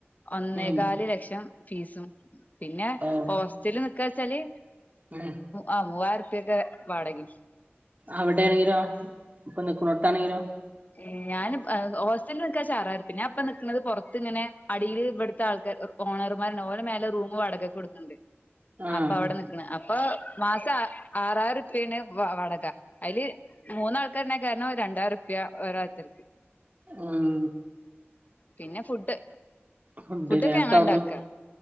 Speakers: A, on the left; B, on the right.
A: ഒന്നേകാല്
B: ഉം
A: ലക്ഷം ഫീസും പിന്നെ
B: ഓഹ്
A: ഹോസ്റ്റല് നിക്കാച്ചാല്
B: ഉം
A: ആ മൂവായിരം റുപ്യാക്കെ വാടകേ
B: അവിടെ ആണെങ്കിലോ ഇപ്പൊ നിക്കുന്നോടുത്ത് ആണെങ്കിലോ
A: ഏഹ് ഞാൻ ഹോസ്റ്റലിൽ നിക്കാച്ചാ <unintelligible> ഞാ ഇപ്പ നിക്കുന്നത് പുറത്ത് ഇങ്ങനെ അടിയില് ഇവിടുത്തെ ആൾക്കാ ഓണർമാരാണ് ഓല് മേലെ റൂമ് വാടകക്ക് കൊടുക്കുന്നുണ്ട്
B: ആഹ്
A: അപ്പൊ അവിടെ നിക്കണ് അപ്പൊ മാസം ആറാറം റുപ്പി യാണ് വാടക അയില് മൂന്നാൾക്കാരന്നെ കേറണേ രണ്ടായിരം റുപ്യ ഒരാൾക്ക്
B: ഉം
A: പിന്നെ ഫുഡ്
B: ഫുഡ്
A: ഫുഡൊക്കെ
B: ലെ ഒക്കെ
A: ഞങ്ങള്
B: അവിടുന്ന്
A: ഇണ്ടാക്ക